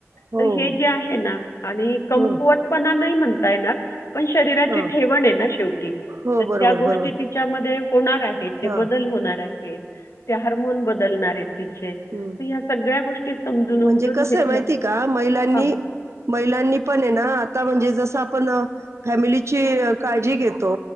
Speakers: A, on the right (about 65°); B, on the left (about 70°).
A: हो
B: तर हे
A: हो
B: जे आहे ना आणि कमकुवतपणा
A: हं
B: नाही म्हणता येणार. पण शरीराची
A: हां
B: ठेवण आहे ना शेव टी
A: हो
B: तर त्या
A: बरोबर
B: गोष्टी
A: बरोबर
B: तिच्यामध्ये होणार आहेत ते
A: हां
B: बदल होणार आहेत. ते हार्मोन बदलणार आहेत. तिचे. तर
A: हम्
B: ह्या सगळ्या गोष्टी समजून-उमजून
A: म्हणजे कस
B: घेतल्या
A: आहे माहिती का महिलांनी
B: हां.
A: महिलांनी पण आहे ना आता म्हणजे जस आप ण फॅमिलीची काळजी घेतो